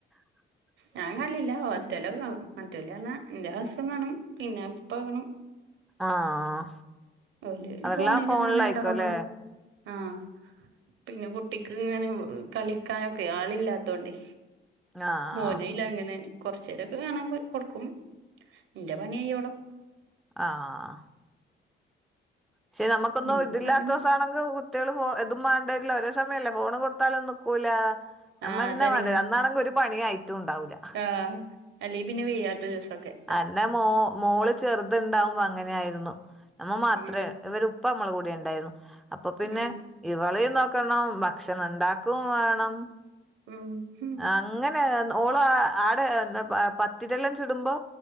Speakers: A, in the centre; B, on the right.
A: <inaudible>
B: ഞാൻ കല്ലില്ല, ഒറ്റല്ല കാ മറ്റല്ലാ എന്റെ ഹസം കാണും പിന്നെ ഇപ്പ കാണും.
A: ആഹ,
B: ഓല്
A: അവരെല്ലാ
B: ഫോണില്
A: ഫോണിലയിക്കോല്ലേ?
B: അങ്ങനെ രണ്ടാളും കാണും ആഹ് പിന്നെ കുട്ടിക്ക് ഇങ്ങനെ കളിക്കാനൊക്കെ ആളില്ലാത്തോണ്ടേ
A: ആഹ്
B: ഓന ഇല്ല അങ്ങനെ കൊറച്ചേരൊക്കെ കാണാൻ കൊടുക്കും എന്റെ പണി കയോളം.
A: ആഹ് പക്ഷെ നമുക്കൊന്നും
B: ഇനിപ്പോ
A: ഇതില്ലാതോസാണെങ്കി
B: കറിയണ്ട
A: വി കുട്ടികള് ഫോ ഇതും വണ്ടക്കില്ല ഒരോ സമയല്ലേ ഫോണ് കൊടുത്താലും നീക്കൂല നമ്മന്നെ
B: ആഹ് അതാണ്
A: വേണ്ടെ ഇന്നാണെങ്കിൽ ഒരു പണിയായിട്ടും ഉണ്ടാവില്ല
B: ആഹ് അല്ലീ പിന്ന വെയ്യത്ത ദിവസൊക്കെ
A: അന്റെ മോ മോള് ചെറത്ണ്ടാവുമ്പോ അങ്ങനൊയിരുന്നു നമ്മൾ മാത്രേ
B: ഉം
A: ഇവര് ഉപ്പ നമ്മള കൂടിണ്ടായിരുന്നു അപ്പൊ പിന്നെ
B: ഉം
A: ഇവളീം നോക്കണം, ഭക്ഷണം ഉണ്ടാക്കും വേണം.
B: ഉം ഉം
A: അങ്ങനെഓള ആടെ എന്താ പത്തിരല്ലാം ചിടുമ്പോ